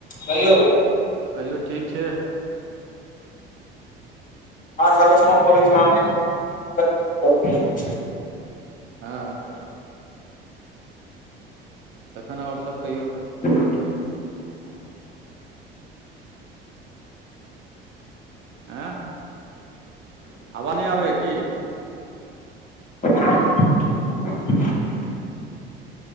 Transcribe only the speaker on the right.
कहियौ ठीक छै
हँ तखन आओर सब कहियौ
आँ हवा नै आबै या की